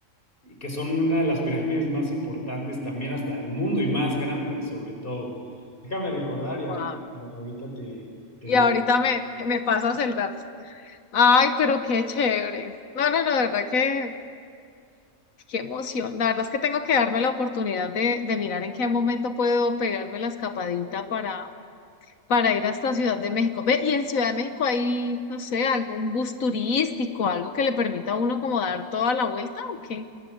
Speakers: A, on the left; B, on the left.
A: y que son una de las pirámides más importantes también hasta del mundo y más grandes, sobre todo. Déjame recordar y
B: Wow.
A: a- ahorita te te
B: Y
A: digo.
B: ahorita me, me pasas el dato. Ay, pero qué chévere. No, no, no, de verdad que Qué emoción. La verdad es que tengo que darme la oportunidad de, de mirar en qué momento puedo pegarme la escapadita para, para ir hasta Ciudad de México. Ve, y en Ciudad de México hay, no sé, algún bus turístico, algo que le permita a uno como dar toda la vuelta o qué.